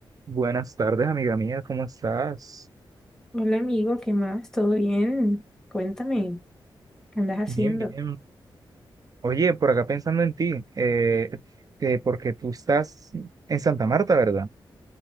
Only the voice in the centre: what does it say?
Hola amigo, ¿qué más? ¿Todo bien? Cuéntame, ¿qué andas haciendo?